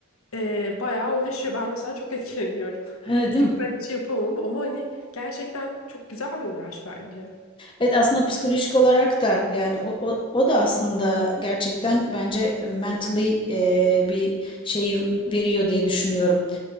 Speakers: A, on the left (about 80°); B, on the left (about 25°).
A: Ee, bayağı uğraşıyor. Ben mesela çok etkileniyorum.
B: Evet,
A: <laughs>
B: değil
A: Çünkü
B: mi?
A: ben hiç yapamam ama hani gerçekten çok güzel bir uğraş bence.
B: Evet aslında psikolojik olarak da yani o, o, o da aslında gerçekten bence mentally e, bir şeyi veriyor diye düşünüyorum.